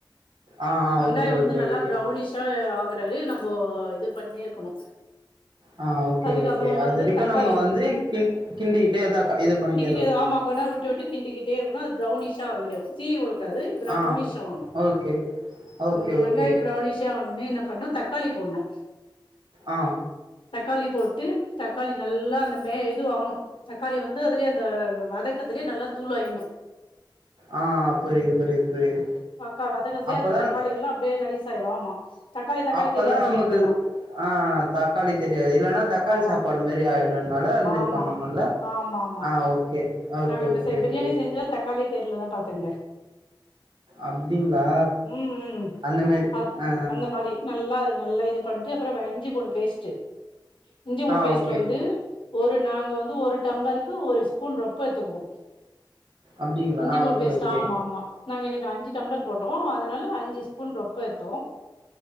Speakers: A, on the right; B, on the left.
A: ஆ
B: வெங்காயோ
A: ஓகே
B: வந்து
A: ஓகே
B: நல்லா
A: ஓகே
B: ப்ரௌனிஷ்சா ஆ க்றாரு நம்மோ இது பண்ணே இருக்கணு
A: ஆ ஓகே
B: அதுக்கப்புறோ
A: ஓகே அது
B: வந்து
A: வரைக்கு
B: தக்காளி
A: நம்ம வந்து கி கிண்டிக்கிட்டே இது பண்ணிட்டே இருக்
B: இது ஆமா கொண்ண விட்டு விட்டு கிண்டிட்டே இருக்கனு அது பிரௌனிஷ் <unintelligible> தீ உடு கூடாது ப்ரௌனிஷ்
A: ஆ
B: ஆகணு
A: ஓகே ஓகே
B: உ
A: ஓகே
B: வெங்காயோ ப்ரௌனிஷா ஆ நோன்னே என்ன பண்ணு தக்காளி போடணு
A: ஆ
B: தக்காளி போட்டு தக்காளி நல்லா அந்த மே இதுவு ஆகணு தக்காளி வந்து அதுலே அ வதக்கதுலேயே நல்லா தூளாயட்னு
A: ஆ புரியுது புரியுது புரியுது
B: வக்க வதக்கறதுலயே
A: அப்பதா
B: அந்த தக்காளி எல்லா அப்டியே நைஸ் ஆயிரு ஆமா தக்காளி தக்காளி
A: அப்பதா
B: தெரியாது பிரியாணிலலா
A: நமக்கு ஆ தக்காளி தெரியாது இல்லன்னா தக்காளி
B: ஆ
A: சாப்பாடு மாரி ஆயிடும்னால அது மாரி
B: ஆமா
A: பண்ணோும்ல்ல
B: ஆமா ஆமா
A: ஆ ஓகே ஓகே
B: நாங்க இப்ப
A: ஓகே
B: பிரியாணி
A: ஓகே
B: செஞ்ச தக்காளி தெரலன்னா பாத்துங்க
A: அப்டிங்களா
B: உ உ
A: அந்த மாரி
B: அ
A: ஆ
B: அந்த மாதிரி நல்லாஇது நல்லா இது பண்ணிட்டு அப்புறோ இஞ்சி புன்டு பேஸ்ட்டு இஞ்சி பூன்டு
A: ஆ ஆ
B: பேஸ்ட்
A: ஓகே
B: வந்து ஒரு நாங்க வந்து ஒரு டம்ளருக்கு ஒரு ஸ்பூன் ரொப் ப்ப எத்துக்குவோ
A: அப்டிங்களா
B: இஞ்சி
A: ஆ
B: பூன்டு
A: ஓகே
B: பேசட்டா
A: ஓகே
B: ஆமா ஆமா நாங்க இன்னைக்கு அஞ்சு டம்ளர் போட்டோ அதனால அஞ்சு ஸ்பூன் ரொப்ப ஏத்தோ